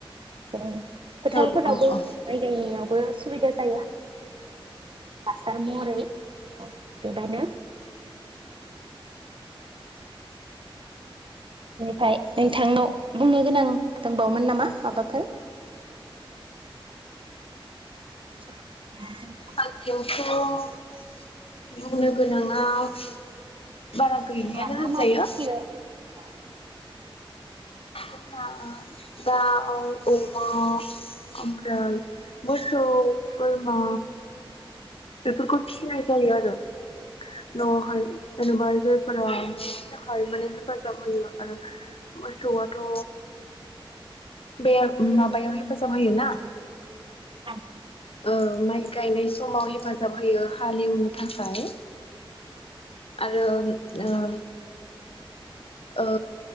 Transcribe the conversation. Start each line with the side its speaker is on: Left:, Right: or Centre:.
Right: जेरै फोथारफोरावबो
Left: औ औ
Right: माइ
Left: औ
Right: गायनायावबो सुबिदा जाया हासार महरै बेबायनो बेनिफ्राय नोंथांनाव बुंनो गोनां दंबावोमोन नामा माबाफोर <inaudible>
Left: आं <unintelligible> बुंनो गोनाङाव बारा गैलियानो
Right: जेब्ला मा
Left: होनजायो
Right: मा फिसियो औ
Left: जोंहा दाउ अमा आमफ्राय मोसौ बोरमा बेफोरखौ फिसिनाय जायो आरो न'हाय जेनेबा जायफोरा बिनि थाखाय माने हेफाजाब होयो आरो मोसौआथ' बे माबायाव हेफाजाब होयो ना
Right: आमफाय
Left: ओ माइ गायनाय समाव हेफाजाब होयो हालेवनो थाखाय आ रो ओ ओ